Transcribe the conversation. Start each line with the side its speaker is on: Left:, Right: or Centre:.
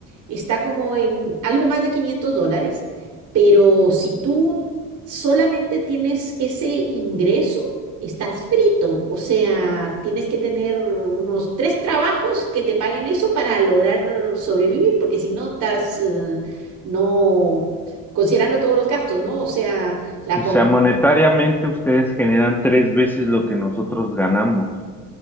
Right: está como en algo más de 500 dólares, pero si tú solamente tienes ese ingreso, estás frito, o sea, tienes que tener unos tres trabajos que te paguen eso para lograr sobrevivir, porque si no, estás... eh, no, considerando todos los gastos, ¿no? O sea, la
Centre: O
Right: comida,
Centre: sea, monetariamente ustedes generan tres veces lo que nosotros ganamos.